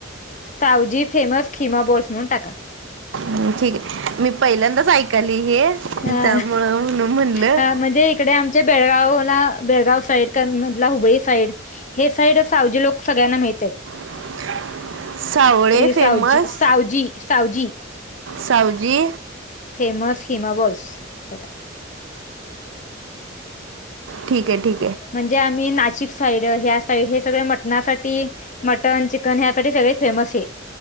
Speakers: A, on the left; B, on the right.
A: सावजी फेमस खिमा बॉल्स म्हणून टाका.
B: ह ठीके मी पहिल्यांदाच ऐकाली हे
A: हा.
B: त्यामुळं म्हणून म्हणलं.
A: हा म्हणजे इकडे आमचे बेळगावला बेळगाव साईड कर्न मधला हुबळी साईड. हे साईड सावजी लोक सगळ्यांना माहित्यात.
B: <inaudible> सावळे
A: Savji
B: famous,
A: Savji Savji
B: Savji.
A: Famous keema balls, अस टाका.
B: ठीके ठी
A: म्हणजे आम्ही नाशिक साईड ह्या साईड हे सगळे मटणासाठी, मटण चीक कण ह्यासाठी सगळे फेमस हे,